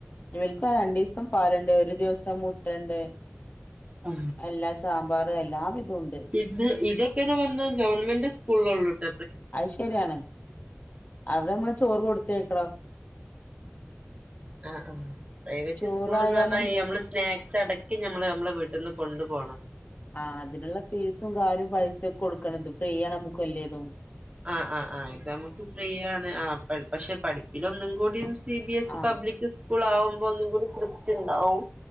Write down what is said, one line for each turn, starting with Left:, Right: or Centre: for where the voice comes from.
Left: ഇവൾക്ക് രണ്ടു ദിവസം പാലണ്ട് ഒരു ദിവസം മുട്ടണ്ട്
Right: ആ
Left: എല്ലാ സാമ്പാറ് എല്ലാവിധം ഉണ്ട്
Right: ഇത് ഇതൊക്കെന്ന പറഞ്ഞ ഗവൺമെന്റ് ഫുള്ളള്ളുട്ട
Left: അത് ശരിയാണ് അവിടെ നമ്മള് ചോറ് കൊടുത്തയക്കളോ
Right: ആ ആ പ്രൈവറ്റ്
Left: ചോറായാലും
Right: സ്കൂൾന്ന് പറഞ്ഞാ നമ്മള് സ്നാക്സ്ടക്കി മ്മള് നമ്മളെ വീട്ടിൽന്ന് കൊണ്ടു പോണം
Left: ആ അതിനുള്ള ഫീസും കാര്യം പൈസ ഒക്കെ കൊടുക്കണത് ഫ്രീയണ് നമ്മുക്ക് വലേതും
Right: ആഹ ആ് ആ് ഇത് നമുക്ക് ഫ്രീയണ് ആ പക്ഷെ പഠിപ്പിലൊന്നും കൂടി സി ബി എസ്
Left: ആഹ്
Right: ഇ പബ്ലിക് സ്കൂൾ ആകുമ്പോ ഒന്നും കൂടി സ്രിപ്റ്റ് ഉണ്ടാവും